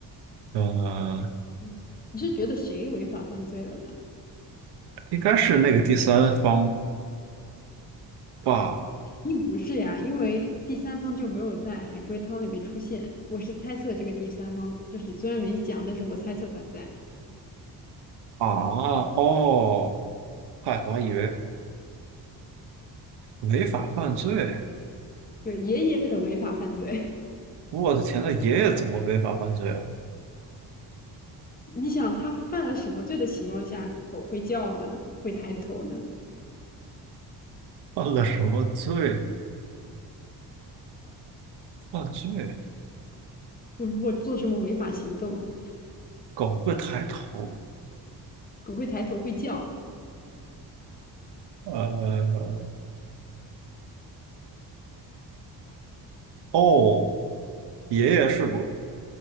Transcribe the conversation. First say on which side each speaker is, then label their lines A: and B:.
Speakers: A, on the right (about 75°); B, on the left (about 20°).
A: 呃，
B: <laughs> 你是觉得谁违法犯罪了呢？
A: 应该是那个第三方吧？
B: 并不是呀，因为第三方就没有在海龟汤里面出现。我是猜测这个第三方，就是虽然没讲，但是我猜测他在。
A: 啊，哦，嗨，我还以为违法犯罪。
B: 对对，爷爷的违法犯罪，
A: 我的天，那爷爷怎么违法犯罪啊？
B: <laughs> 你想他犯了什么罪的情况下，狗会叫呢？会抬头呢？
A: 犯了什么罪？犯罪？
B: 就是或做什么违法行动，
A: 狗会抬头？
B: 狗会抬头会叫。
A: 呃，哦，爷爷是不？